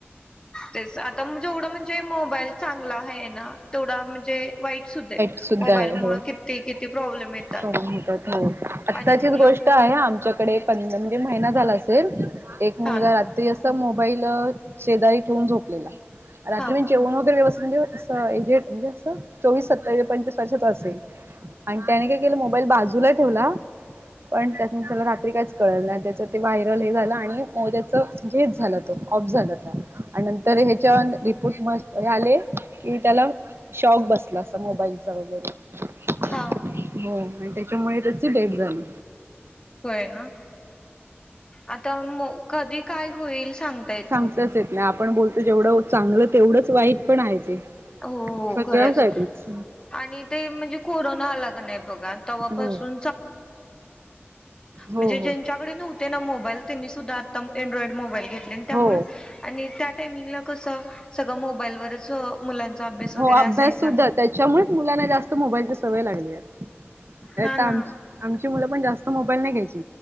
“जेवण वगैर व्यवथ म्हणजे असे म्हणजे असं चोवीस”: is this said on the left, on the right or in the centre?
Right